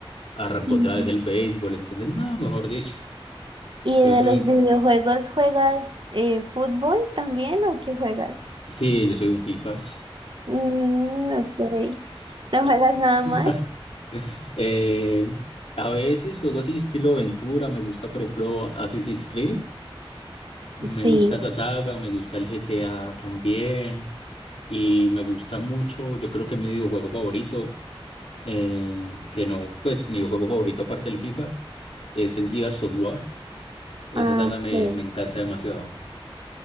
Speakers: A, on the left (about 85°); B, on the right (about 55°).
A: arrancó
B: Mm.
A: otra vez el béisbol, entonces, no, mejor dicho.
B: ¿Y
A: Yo
B: de
A: soy
B: los videojuegos juegas eh, fútbol también o qué juegas?
A: Sí, yo soy un FIFAs.
B: Mm, ok. ¿No juegas nada
A: <laughs>
B: más?
A: Eh, a veces juego así estilo aventura, me gusta por ejemplo Assassin's Creed, me
B: Sí.
A: gusta esa saga, me gusta el GTA también y me gusta mucho, yo creo que mi videojuego favorito, eh, que no, pues mi videojuego favorito aparte del FIFA es el Gears of War, esa
B: Ah,
A: saga me,
B: ok.
A: me encanta demasiado.